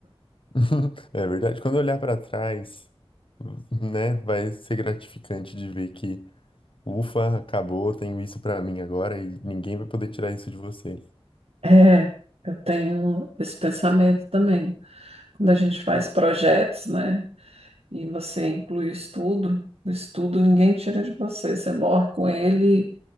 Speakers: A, on the left (about 55°); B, on the right (about 75°).
A: <laughs> É verdade. Quando eu olhar para trás, né, vai ser gratificante de ver que, ufa, acabou, tenho isso para mim agora e ninguém vai poder tirar isso de você.
B: É, eu tenho esse pensamento também. Quando a gente faz projetos, né? E você inclui o estudo, o estudo ninguém tira de você. Você morre com ele